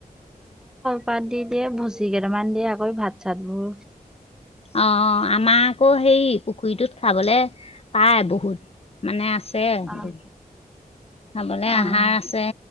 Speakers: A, in the centre; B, on the left (about 40°).
A: পাত দি দিয়ে ভুচি কেইটামান দিয়ে আকৌ ভাত চাত বোৰ
B: অ আমাৰ আকৌ হে পুখুৰীটোত খাবলে পায় বহুত মানে আছে আছে
A: অ',
B: খাবলৈ
A: অ'।
B: আহাৰ আছে